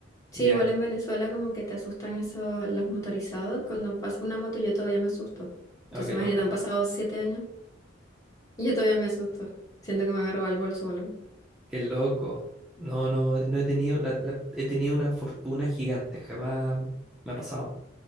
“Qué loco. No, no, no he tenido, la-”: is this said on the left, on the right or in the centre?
Centre